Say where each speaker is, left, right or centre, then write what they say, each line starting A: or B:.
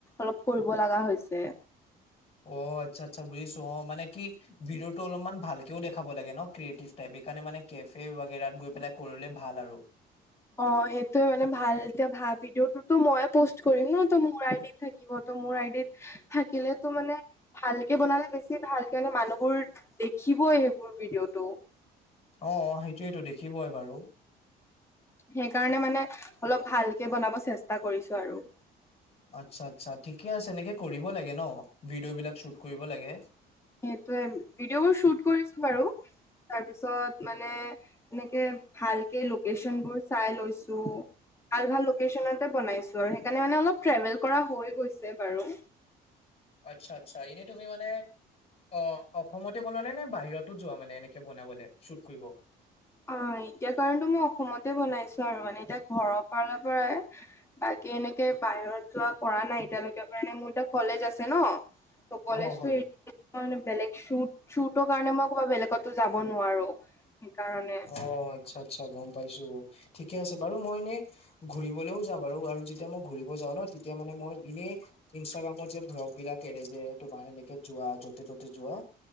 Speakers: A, on the left (about 15°); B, on the left (about 35°).
A: অলপ কৰিব লগা হৈছে
B: অ আচ্ছা আচ্ছা বুজিছো অ মানে কি ভিডঅটো অলপমান ভালকেও দেখাব লাগে ন ক্ৰিয়েটিভ টাইপ সেইকাৰণে মানে কেফে বাগেৰাত গৈ পেলাই কৰিলে ভাল আৰু
A: অ সেইটোয়ে মানে ভাল এতিয়া ভাল ভিডিঅ' তুটো মইয়ে পষ্ট কৰিম ন ত মোৰ আই ডি থাকিব তো মোৰ আইডিত থাকিলে তো মানে ভালকে বনালে বেছি ভালকে মানে মানুহবোৰ দেখিবই সেইবোৰ ভিডিঅ' টো
B: অ সেইটোয়েতো দেখিবই বাৰু
A: সেইকাৰণে মানে অলপ ভালকে বনাব চেষ্টা কৰিছো আৰু
B: আচ্ছা আচ্ছা ঠিকে আছে এনেকে কৰিব লাগে ন ভিডিঅ' বিলাক শ্বুট কৰিব লাগে
A: সেইটোৱে ভিডিঅ' বোৰ শ্বুট কৰিছো বাৰু তাৰপিছত মানে এনেকে ভালকে লোকেশচন বোৰ চাই লৈছো ভাল ভাল লোকেচনতে বনাইছো আৰু সেইকাৰণে মানে অলপ ট্ৰেভেল কৰা হৈ গৈছে বাৰু
B: আচ্ছা আচ্ছা এনেই তুমি মানে অ অসমতে বনালে নে বাহিৰতো যোৱা মানে এনেকে বনাবলে শ্বুট কৰিব
A: অ এতিয়া কাৰণটো মই অসমতে বনাইছো আৰু মানে এতিয়া ঘৰৰ ফালৰ পৰায় বাকী এনেকে বাহিৰত যোৱা কৰা নাই এতিয়ালৈকে কাৰণ মোৰ এতিয়া কলেজ আছে ন ত কলেজটো
B: অ হয়
A: এৰি মই মানে বেলেগ শ্বুট শ্বুটটৰ কাৰণে মই ক'ৰবাত বেলেগতো যাব নোৱাৰো কাৰণে
B: অ, আচ্ছা, আচ্ছা, গম পাইছোঁ, ‌ঠিকে আছে বাৰু, মই এনে ঘুৰিবলেও যাম বাৰু, আৰু যেতিয়া মই ঘুৰিব যাওঁ ন তেতিয়া মানে মই এনেই ইন্ষ্টাগ্ৰামত যে ভ্লগ বিলাক এৰে যে, এই তোমাৰ এনেকে যোৱা, য'তে ত'তে যোৱা